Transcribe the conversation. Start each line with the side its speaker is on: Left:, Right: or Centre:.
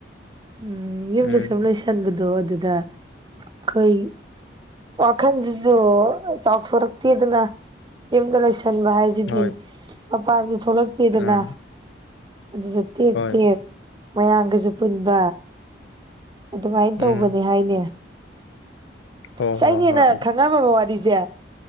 Right: ꯎꯝ ꯌꯨꯝꯗ
Left: ꯎꯝ
Right: ꯁꯨꯝ ꯂꯩꯁ ꯇꯟꯕꯗꯣ ꯑꯗꯨꯗ ꯑꯈꯣꯏ ꯋꯥꯈꯟꯁꯤꯁꯨ ꯆꯥꯎꯊꯣꯔꯛꯇꯦꯗꯅ ꯌꯨꯝꯗ ꯂꯣꯏꯁꯟꯕ ꯍꯥꯏꯁ ꯑꯗꯨꯗꯤ
Left: ꯍꯣꯏ
Right: ꯃꯄꯥꯥꯟꯁꯨ ꯊꯣꯛꯂꯛꯇꯦꯗꯅ
Left: ꯎꯝ
Right: ꯑꯗꯨꯗ ꯇꯦꯛ
Left: ꯍꯣꯏ
Right: ꯇꯦꯛ ꯃꯌꯥꯝꯒꯁꯨ ꯄꯨꯟꯕ ꯑꯗꯨꯃꯥꯏꯅ
Left: ꯎꯝ
Right: ꯇꯧꯕꯅꯦ ꯍꯥꯏꯅꯦ
Left: ꯍꯣꯏ
Right: ꯁ
Left: ꯍꯣꯏ
Right: ꯑꯩꯅꯦ
Left: ꯍꯣꯏ
Right: ꯍꯦꯟꯅ ꯈꯪꯉꯝꯃꯕ ꯋꯥꯔꯤꯁꯦ